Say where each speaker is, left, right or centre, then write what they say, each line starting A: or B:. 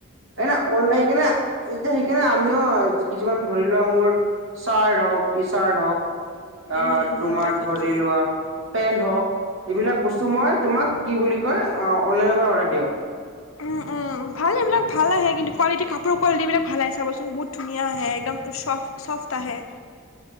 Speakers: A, on the right; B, on the left.
A: এ ন অনলাই কেনে এতিয়া সেইকাৰনে আমিও কিছুমান ধৰি লোৱা মোৰ। চাৰ্ড হওক থিচাৰ্ড হওক আহ
B: উম, উম,
A: তোমাৰ
B: তাকেতো
A: ধৰি লোৱা। পেণ ধৰক এইবিলাক বস্তুটো মই তোমাক কি বুলি কৈ অ অনলাইন পৰা অধাৰ ধিও
B: উ উম ভাল এইবাক ভাল আহে কিন্তু কোৱালিটি কাপোৰৰ কোৱালিটিবিলাক ভাল আহে চাবচোন বহুত ধুনীয়া আহে একদম। চফ চফ আহে।